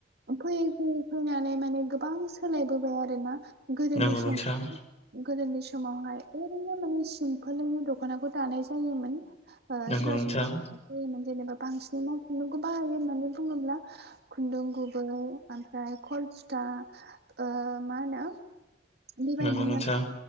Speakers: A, on the right; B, on the left.
A: फैयै फैयै फैनानै माने गोबां सोलायबोबाय आरोना? गोदोनि
B: नंगौ
A: सम
B: नोंथां
A: गोदोनि समावहाय ओरैनो माने सिमफोलैनो दख'नाखौ दानाय जायोमोन। ओ <unintelligible>
B: नंगौ नोंथां
A: जायोमोन जेनेबा बांसिनै मा खुन्दुंखौ बाहायो होननानै बुङोब्ला खुन्दुं गुबै ओमफ्राय खलसुथा ओ मा होनो? बेबायदिनो
B: नंगौ नोंथां
A: आरो